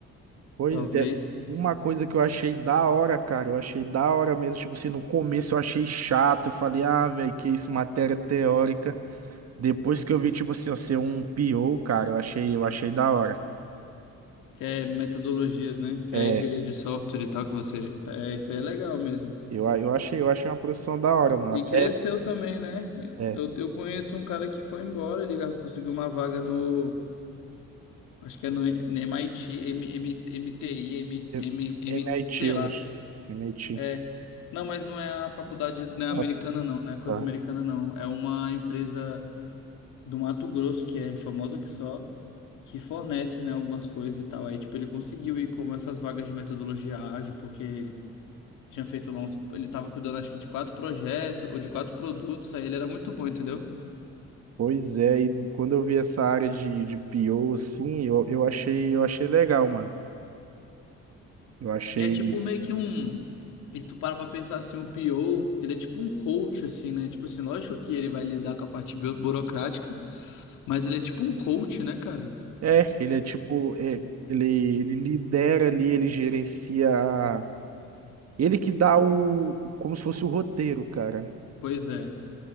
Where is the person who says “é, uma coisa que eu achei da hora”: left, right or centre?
Right